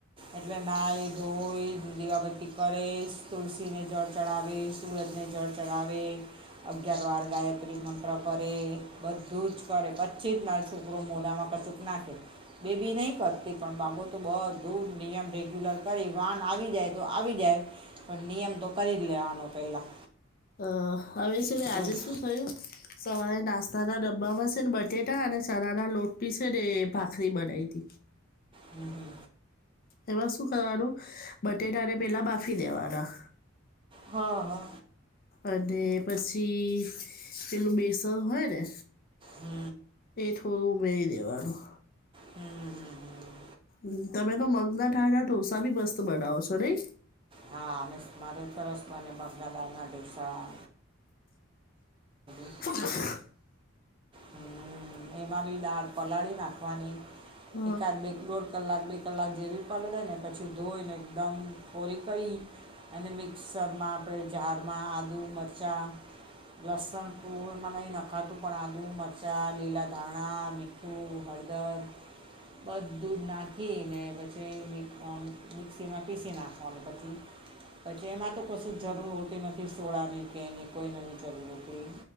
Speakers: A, on the right; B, on the left.
A: એટલે નાઈ ધોઈ ન દીવાબત્તી કરે તુલસીને જળ ચઢાવે સૂરજને જળ ચઢાવે અગિયાર વાર ગાયત્રી મંત્ર કરે બધું જ કરે પછી જ માર છોકરો મોઢામાં કશું નાખે બેબી નહી કરતી પણ બાબો તો બધૂ નિયમ રેગ્યુલર કરી વાન આવી જાય તો આવી જાય પણ નિયમ તો કરી જ લેવાનો પેલા
B: અ હવે છેટ આજે
A: જ
B: શું થયું સવારે નાસ્તાના ડબ્બામાં છે ને બટેટા અને ચણાના લોટી છે ને ભાખરી બનાવી તી
A: હમ હમ
B: એમાં શું કરવાનું બટેટાને પેલા બાફી દેવાના
A: હા હા
B: અને પછી પેલું બેસન હોય ને
A: હમ
B: એ થોડું ઉમેરી દેવાનું
A: હમ હમ હમ
B: હ તમે તો મગદા ઠાયના ઢોસા બી મસ્ત બનાવો છો નહી
A: હા અ મારે સરસ મને મગદા બાર ના ઢોસા <unintelligible>
B: <unintelligible>
A: હમ એમાં બી દાળ પલાળી નાખવાની
B: હ
A: એકાદ બે દોડ કલાક બે કલાક જેવી પલળે ને પછી ધોઈને એકદમ કોરી કરી અને મિક્સરમાં આપણે ઝારમાં આલુ મરચાં લસણ તું એમાં નહી નખાતું પણ આ આદુ મરચાં લીલા ધાણા મી્ઠું હળદર બધ દૂધ નાખીને પછી મિક્સીમાં પીસી નાખવાનું પછી પછી એમાં તો કશું જ જરૂર હોતી નથી સોળની કે એની કોઈ નથી જરૂર હોતી